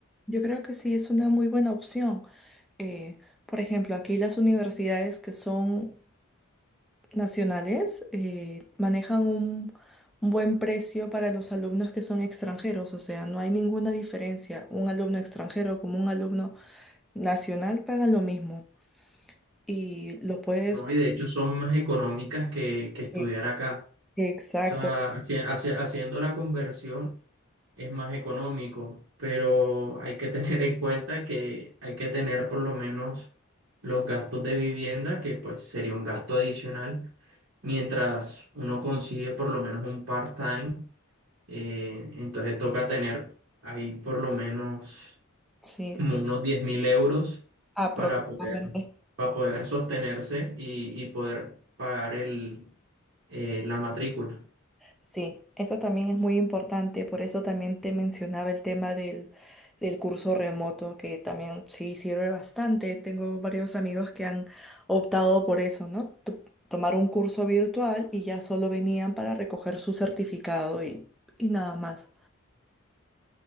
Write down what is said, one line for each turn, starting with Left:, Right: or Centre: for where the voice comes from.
Centre: Yo creo que sí es una muy buena opción. Eh, por ejemplo, aquí las universidades que son nacionales eh, manejan un, un buen precio para los alumnos que son extranjeros, o sea, no hay ninguna diferencia. Un alumno extranjero como un alumno nacional pagan lo mismo. y lo puedes...
Right: ¿no? Y de hecho son más económicas que, que estudiar
Centre: Ex-
Right: acá.
Centre: Exacto,
Right: O sea, haci- haci- haciendo la conversión es más económico, pero hay que tener en cuenta que hay que tener por lo menos los gastos de vivienda, que pues sería un gasto adicional, mientras uno consigue por lo menos un part-time, eh, entonces toca tener ahí por lo menos
Centre: sí,
Right: como
Centre: eh,
Right: unos diez mil euros
Centre: aproximadamente.
Right: para poder, para poder sostenerse y, y poder pagar el, eh, la matrícula.
Centre: Sí, eso también es muy importante, por eso también te mencionaba el tema del, del curso remoto, que también sí sirve bastante. Tengo varios amigos que han optado por eso, ¿no? To- tomar un curso virtual y ya solo venían para recoger su certificado y, y nada más.